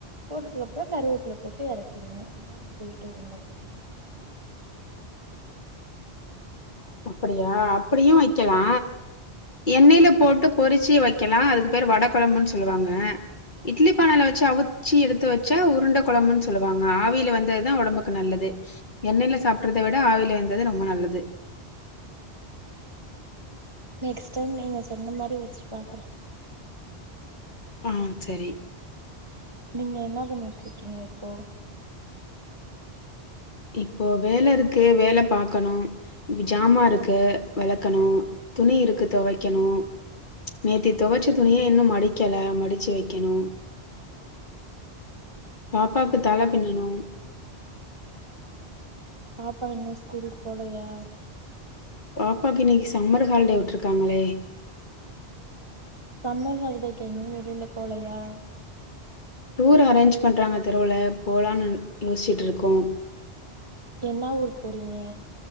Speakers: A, on the right; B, on the left.
A: போட்டதுக்கு அப்புறம் கருவேப்புல போட்டு இறக்கிடுவேன் இதான் எங்க வீட்டு உருண்ட குழம்பு
B: அப்படியா அப்படியும் வைக்கலா எண்ணெய்ல போட்டு பொறிச்சு வைக்கலாம் அதுக்கு பேரு வட குழம்புன்னு சொல்லுவாங்க இட்லி பானால வச்சு அவிச்சி எடுத்து வச்சா உருண்ட குழம்புன்னு சொல்லுவாங்க ஆவியில வெந்ததுதான் உடம்புக்கு நல்லது எண்ணெயில சாப்பிடுறதை விட ஆவில வெந்தது ரொம்ப நல்லது
A: நெக்ஸ்ட் டைம் நீங்க சொன்ன மாரி வெச்சு பாக்குற
B: ஆஹ் சரி
A: நீங்க என்ன பண்ணிட்டு இருக்கீங்க இப்போ
B: இப்போ வேல இருக்கு வேல பாக்கணும் ஜாமான் இருக்கு வளக்கணும் துணி இருக்கு துவைக்கணும் நேத்தி துவைச்ச துணியே இன்னும் மடிக்கல மடிச்சு வைக்கணும் பாப்பாக்கு தல பின்னணும்
A: பாப்பா என்ன ஸ்கூலுக்கு போலையா
B: பாப்பாக்கு இன்னைக்கு சம்மர் ஹாலிடே விட்டுருக்காங்களே
A: சம்மர் ஹாலிடேக்கு எங்கயும் வெளியில போலையா
B: டூர் அரேஞ்ச் பண்றாங்க தெருவுல போலான்னு யோசிச்சுட்டு இருக்கோம்
A: என்ன ஊருக்கு போறீங்க